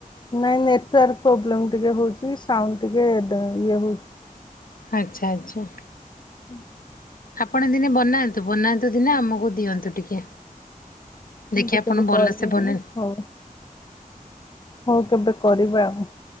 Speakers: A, on the left (about 30°); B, on the left (about 70°).
A: ନାଇଁ ନେଟୱାର୍କ ପ୍ରୋବ୍ଲେମ୍ ଟିକେ ହଉଛି ସାଉଣ୍ଡ ଟିକେ ଡା ଇଏ ହଉଛି।
B: ଆଚ୍ଛା ଆଚ୍ଛା।
A: ହୁଁ
B: ଆପଣ ଦିନେ ବନାନ୍ତୁ ବନାନ୍ତୁ ଦିନେ ଆମକୁ ଦିଅନ୍ତୁ ଟିକେ।
A: ମୁଁ
B: ଦେଖି
A: ତ
B: ଆପଣ
A: କେବେ
B: ଭଲସେ
A: କରିନି
B: ବନେ
A: ହଉ ହଉ କେବେ କରିବା ଆଉ।